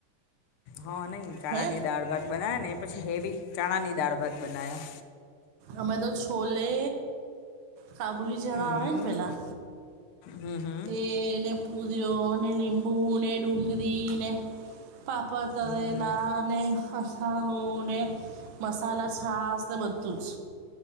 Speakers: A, on the left; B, on the right.
A: હ નહીં ચણાની
B: હે
A: દાળ - ભાત બનાવ્યા ને એ પછી હેવી ચણાની દાળ- ભાત બનાવ્યા.
B: અમે તો છોલે, કાબુલી જવા
A: હમ
B: આવે
A: હમ
B: ને પેલા.
A: હમ હમ.
B: એને પૂરયોને નિબૂને, ડુંગરી ને પાપડ. તરેલા
A: હમ
B: ને. હા હું ને મસાલા છાસ ને બધું જ.